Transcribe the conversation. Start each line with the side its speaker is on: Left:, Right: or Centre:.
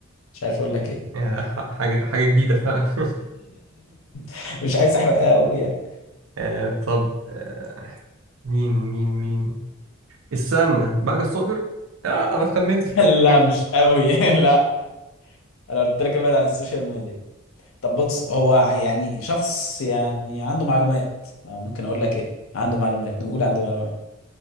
Left: مش عارف أقول لك إيه
Right: يا ح- حاجة حاجة جديدة فعلا <laughs>
Left: <laughs> مش عايز أحرقها أوي يعني
Right: آه، طب آه، مين مين مين استنى بهجة الصابر آه أنا خمنت
Left: <laughs> لا مش أوي <laughs> لا أنا قلت لك ابعد عن السوشيال ميديا طب بص هو يعني شخص يعني عنده معلومات آه، ممكن اقول لك ايه عنده معلومات نقول عنده معلومات